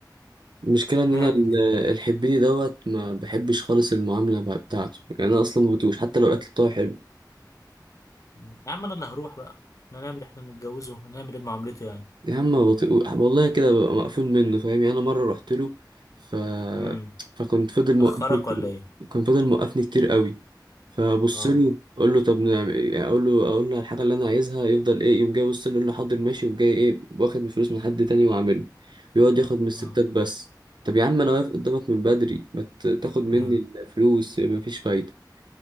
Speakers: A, on the right (about 80°); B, on the left (about 45°).
A: المشكلة إن
B: نعمل
A: أنا ال-
B: ايه
A: الحبيني دوت ما بحبش خالص المعاملة بع- بتاعته يعني أنا أصلا ما بطيقوش حتى لو الأكل بتاعه حلو
B: يا عم انا اللي هروح بقى احنا نعمل احنا بنتجوزه هنعمل ايه بمعاملته يعني
A: يا عم ما بطيقوش والله كده ببقى مقفول منه فاهم يعني أنا مرة رحت له ف...
B: امم
A: فكنت فضل موقفني
B: اخرك
A: كتير
B: ولا ايه
A: كان فضل موقفني كتير قوي فبص
B: اه
A: له أقول له طب نعمل إيه؟ أقول له أقول له على الحاجة اللي أنا عايزها يفضل إيه يقوم جاي يبص لي يقول لي حاضر ماشي يقوم جاي إيه واخد من فلوس من حد تاني وعامله بيقعد ياخد من الستات
B: اه
A: بس طب يا عم أنا واقف قدامك من بدري ما ت- تاخد مني
B: امم
A: الفلوس مفيش فايدة